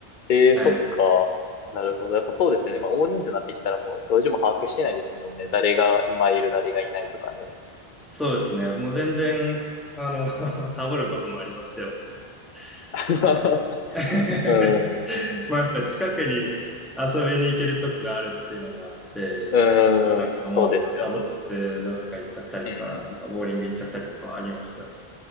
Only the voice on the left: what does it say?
ええー、
そっか。なるほど。やっぱそうですよね。まあ、大人数になってきたらもう教授も把握してないですもんね。誰が今いる、誰がいないとかね。
<laughs>
うん。
<laughs> うん。
そうですよね。うんうんうん。